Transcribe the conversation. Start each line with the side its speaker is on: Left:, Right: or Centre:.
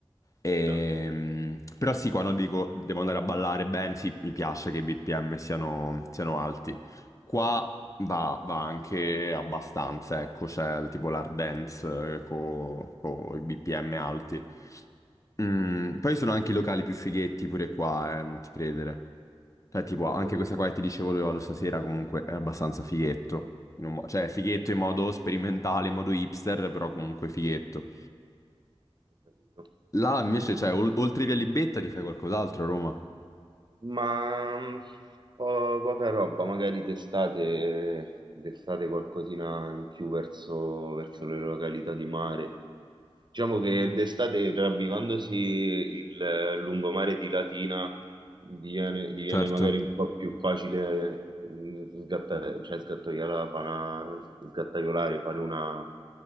Left: Ehm,
Right: già,
Left: però sì, quando dico devo andare a ballare bene, sì, mi piace che i BPM siano, siano alti. Qua va, va anche abbastanza, ecco, c'è il tipo l'hard dance con i BPM alti. Mm, poi sono anche i locali più fighetti pure qua, eh, non ti credere. Cioè, tipo,
Right: ho
Left: anche
Right: capito,
Left: questa qua che ti dicevo dove vado stasera comunque è abbastanza fighetto. In un mo- cioè, è fighetto in modo sperimentale, in modo hipster, però comunque fighetto.
Right: ho capito.
Left: Là invece, cioè, ol- oltre via Libetta ti fai qualcos'altro a Roma.
Right: Ma mh, po- poca roba, magari d'estate, d'estate qualcosina in più verso, verso le località di mare. Diciamo che d'estate, ravvivandosi il eh, lungomare di Latina, diviene, diviene
Left: Certo.
Right: magari un po' più facile mh, sgattare, cioè sgattaiolare, fare una, sgattaiolare, fare una,